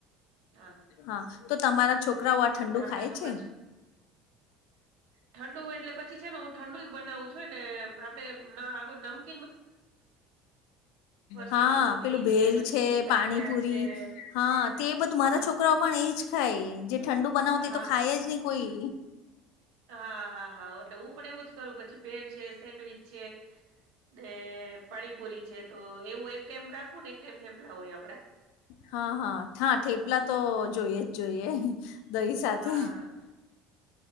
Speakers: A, on the right (about 85°); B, on the left (about 80°).
A: હા
B: હા તો તમારા
A: હા
B: છોકરાઓ આ ઠંડુ
A: એટલે આપડે
B: ખાય
A: તો
B: છે
A: પછી
B: ત <inaudible>
A: ઠંડુ એટલે પછી છે ને હું ઠંડુ ય બનાવું છું એટલે આપડેમ <inaudible> <unintelligible> ફરસી
B: હા
A: પુરી
B: પેલું ભેલ
A: પછી
B: છે
A: ગાંઠિયા
B: પાણીપુરી
A: છે.
B: હા
A: પ
B: તે એ બધું મારા
A: હા
B: છોકરા પણ એજ ખાય જે ઠંડુ બનાવતી
A: હા.
B: તો ખાય જ નહી કોઈ
A: હા હા હા એટલે હું પણ એવું જ કરું પછી બ્રેડ છે સેન્ડવીચ છે ને પાણીપુરી છે તો એવું એક કેમ રાખવું ને એક કેમ થેપલા હોય આપડા
B: હા હા હા ઠેપલા તો જોઈએ જ જોઈએ દહી
A: હા.
B: સાથે